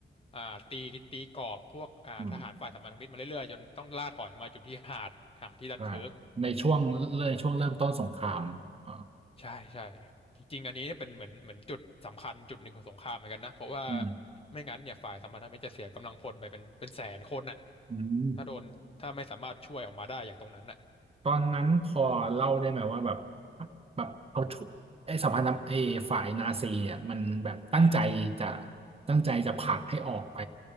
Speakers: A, on the left; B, on the right.
A: อ่าตีตีกรอบพวกอ่าทหารฝ่ายสัมพันธมิตรมาเรื่อยๆจนต้องล่าถอยมาอยู่ที่หาดหาดที่ดันเคิร์ก
B: อืมใช่ในช่วงเรช่วงเริ่มต้นสงครามอ่า
A: ใช่ใช่จริงๆอันนี้เป็นเหมือนเหมือนจุดสำคัญจุดหนึ่งของสงครามเหมือนกันนะเพราะว่า
B: อืม
A: ไม่งั้นเนี่ยฝ่ายสัมพันธมิตรจะเสียกำลังพลไปเป็นเป็นแสนคนน่ะ
B: อืม
A: ถ้าโดนถ้าไม่สามารถช่วยออกมาได้จากตรงนั้นน่ะ
B: ตอนนั้นพอเล่าได้ไหมว่าแบบแบบเอาชุไอ้สภานับไอ้ฝ่ายนาซีเนี่ยมันแบบตั้งใจจะ
A: อืม
B: ตั้งใจจะผลักให้ออกไป